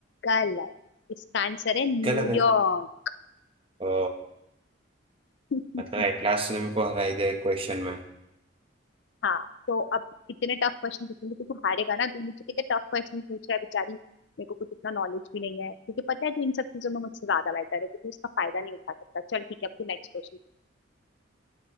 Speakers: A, on the left; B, on the right.
A: गलत इसका आंसर है न्यूयॉर्क
B: गलत है अ,
A: <laughs>
B: मतलब एटलास ने मेरे को हराई दिया क्वेश्चन में
A: हाँ तो अब इतने टफ क्वेश्चन पूछूंगी तो तू तो हारेगा ना तू मुझसे कितने टफ क्वेश्चन पूछ रहा है बेचारी मेरे को कुछ इतना नॉलेज भी नहीं है तुझे पता है तू इन सब चीजों में मुझसे ज्यादा बेटर है तो तू इसका फायदा नहीं उठा सकता चल ठीक है अब तू नेक्स्ट क्वेश्चन